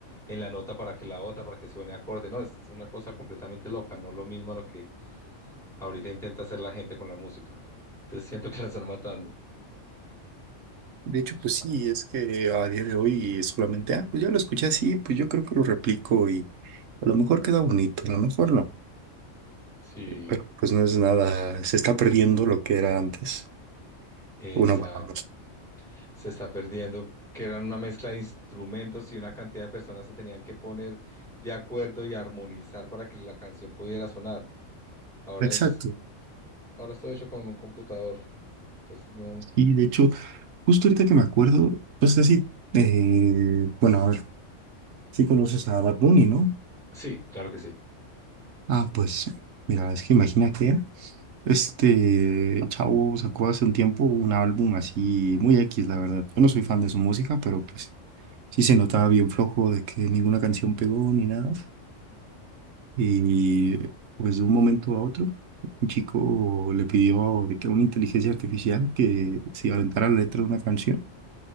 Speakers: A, in the centre; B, on the right (about 80°).
A: en la nota para que la otra, para que suene acorde, no, es una cosa completamente loca, no lo mismo a lo que ahorita intenta hacer la gente con la música. Entonces siento que la están matando.
B: De hecho, pues sí, es que a día de hoy es solamente, ah, pues ya lo escuché así, pues yo creo que lo replico y a lo mejor queda bonito, a lo mejor no,
A: Sí,
B: pero pues no es nada, se está perdiendo lo que era antes,
A: exacto.
B: una buena música.
A: Se está perdiendo, que eran una mezcla de instrumentos y una cantidad de personas se tenían que poner de acuerdo y armonizar para que la canción pudiera sonar. Ahora
B: Exacto.
A: es, ahora es todo hecho con un computador. Entonces no.
B: Y de hecho, justo ahorita que me acuerdo, no sé si, eh, bueno, a ver, si conoces a Bad Bunny, ¿no?
A: Sí, claro que sí.
B: Ah, pues, mira, es que imagina que este chavo sacó hace un tiempo un álbum así muy X, la verdad. Yo no soy fan de su música, pero pues sí se notaba bien flojo de que ninguna canción pegó ni nada. Y pues de un momento a otro, un chico le pidió de que una inteligencia artificial que se aventara la letra de una canción